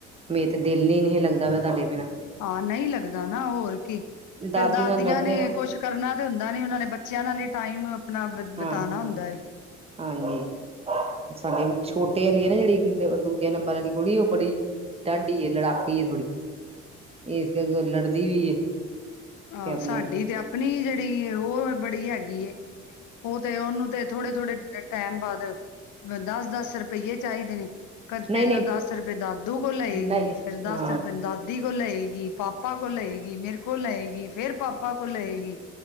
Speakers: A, on the right; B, on the left.
A: ਮੇ ਤੇ ਦਿਲ ਨ ਨਹੀਂ ਲੱਗਦਾ ਵ ਤੁਹਾਡੇ ਬਿਨਾ।
B: ਹਾਂ, ਨਹੀਂ ਲੱਗਦਾ ਨਾ ਹੋਰ ਕੀ,
A: ਦਾਦੀ
B: ਫਿਰ ਦਾਦੀਆਂ
A: ਨਾਲ ਲੜਦੇ
B: ਨੇ
A: ਵੀ
B: ਕੋਈ ਕੁਛ ਕਰਨਾ ਤੇ ਹੁੰਦਾ ਨੀ ਉਹਨਾਂ ਨੇ ਬੱਚਿਆਂ ਨਾਲ ਲਈ ਟਾਈਮ ਆਪਣਾ ਬਿਤਾਉਣਾ
A: ਹਾਂ ਹਾਂ
B: ਹੁੰਦਾ ਐ।
A: ਹਾਂਜੀ, ਸਾਡੇ ਵੀ ਛੋਟੇ ਆ ਆਲੀ ਨਾ ਜਿਹੜੀ ਦੂਜੇ ਨੰਬਰ ਵਾਲੀ ਕੁੜੀ ਉਹ ਬੜੀ ਡਾਡੀ ਐ, ਲੜਾਕੀ ਐ ਥੋੜੀ, ਇਸ ਕਰਕੇ ਲੜਦੀ ਵੀ ਏ।
B: ਆਹੋ,
A: ਤੇ ਆਪਣਾ
B: ਸਾਡੀ ਤੇ ਆਪਣੀ ਜਿਹੜੀ ਉਹ ਬੜੀ ਹੈਗੀ ਐਂ। ਉਹ ਤੇ ਉਹਨੂੰ ਤੇ ਥੋੜੇ-ਥੋੜੇ ਟਾਈਮ ਬਾਅਦ ਦੱਸ। ਦੱਸ ਰੁਪਈਏ ਚਾਹੀਦੇ ਨੇ। ਕੱਦ
A: ਨਹੀਂ
B: ਪਹਿਲੋਂ
A: ਨਹੀਂ
B: ਦੱਸ ਰੁਪਏ ਦਾਦੂ ਕੋਲ ਲਏਗੀ,
A: ਨਹੀਂ
B: ਫਿਰ ਦੱਸ
A: ਹਾਂ
B: ਰੁਪਏ ਦਾਦੀ ਕੋਲ ਲਏਗੀ। ਪਾਪਾ ਕੋਲ ਲਏਗੀ, ਮੇਰੇ ਕੋਲ ਲਏਗੀ। ਫੇਰ ਪਾਪਾ ਕੋਲ ਲਏਗੀ